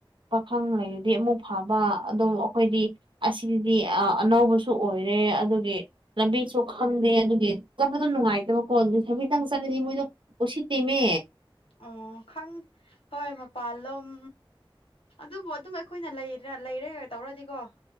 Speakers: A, on the right (about 65°); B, on the left (about 85°).
A: ꯄꯥꯈꯪ ꯂꯩꯔꯗꯤ ꯑꯃꯨꯛ ꯐꯥꯕ ꯑꯗꯨꯝ ꯑꯩꯈꯣꯏꯗꯤ ꯑꯁꯤꯗꯤ ꯑꯅꯧꯕꯁꯨ ꯑꯣꯏꯔꯦ ꯑꯗꯨꯒꯤ ꯂꯝꯕꯤꯁꯨ ꯈꯪꯗꯦ ꯑꯗꯨꯒꯤ ꯆꯠꯄꯗꯣ ꯅꯨꯡꯉꯥꯏꯇꯕꯀꯣ ꯑꯗꯨ ꯂꯩꯁꯥꯕꯤꯗꯥꯡ ꯆꯠꯂꯗꯤ ꯃꯣꯏꯗꯣ ꯎꯁꯤꯠꯇꯦꯃꯦ
B: ꯑꯣ ꯈꯪ ꯍꯣꯏ ꯃꯄꯥꯥꯟꯂꯣꯝ ꯑꯗꯨꯕꯨ ꯑꯗꯨꯝ ꯑꯩꯈꯣꯏꯅ ꯂꯩꯔ ꯂꯩꯩꯔꯦꯒ ꯇꯧꯔꯗꯤꯀꯣ